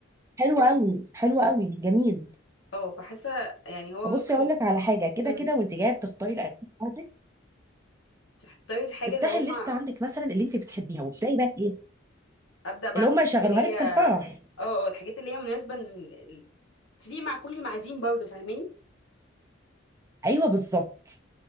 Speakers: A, on the right (about 15°); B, on the left (about 75°).
A: حلو
B: مم.
A: قوي حلو قوي جميل
B: اه فحاسة يعني هو
A: وبصي
B: ممكن
A: اقول لك على حاجه كده
B: مم،
A: كده وانت جايه بتختاري الاكل بتاعتك
B: تختاري الحاجة
A: افتحي
B: اللي هما
A: الليست عندك مثلا اللي انت بتحبيها وابداي بقى ايه
B: أبدأ بقى
A: اللي هم
B: بالحاجات
A: يشغلوها
B: اللي
A: لك
B: هي
A: في الفرح
B: اه اه الحاجات اللي هي مناسبة إن- تليق مع كل المعازيم برضه فاهماني
A: ايوه بالظبط